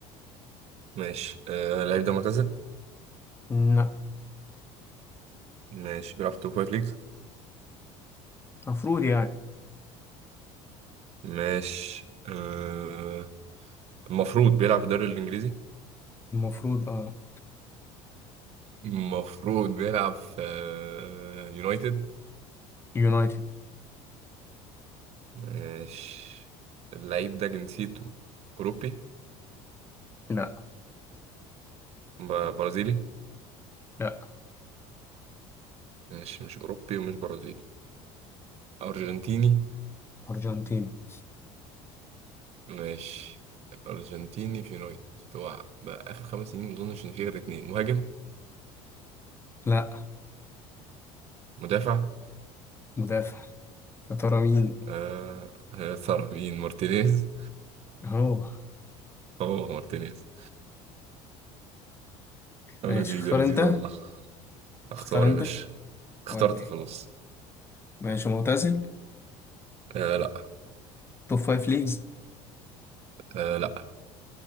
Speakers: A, on the right (about 50°); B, on the left (about 20°).
A: ماشي آه اللعيب ده معتزل
B: لا
A: ماشي بيلعب في توب فايف ليجز
B: المفروض يعني
A: ماشي آه المفروض بيلعب في الدوري الانجليزي
B: المفروض اه
A: المفروض بيلعب في آه، يونايتد
B: يونايتد
A: ماشي اللعيب ده جنسيته اوروبي
B: لا
A: ب- برازيلي
B: لا
A: ماشي مش أوروبي ومش برازيلي أرجنتيني
B: أرجنتيني
A: ماشي أرجنتيني في يونايتد هو بقى آخر خمس سنين ما أظنش إن في غير اتنين مهاجم
B: لا
A: مدافع
B: مدافع يا ترى مين
A: آه آه، ثرى مين مارتينيز
B: هو
A: هو مارتينيز لذيذة
B: ماشي اختار
A: لذيذة
B: انت
A: والله اختار
B: تختار انت
A: يا باشا اخترت
B: ودي
A: خلاص
B: ماشي معتزل
A: آه لا
B: توب فايف ليجز
A: آه لا